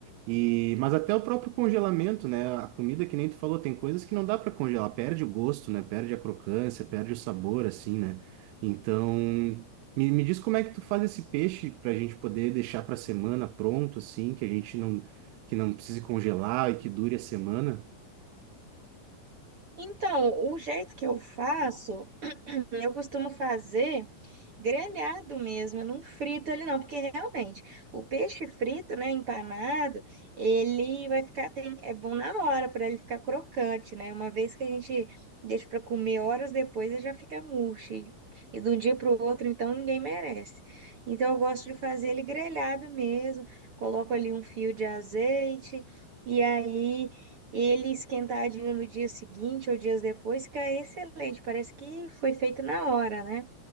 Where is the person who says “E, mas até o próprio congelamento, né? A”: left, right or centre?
Right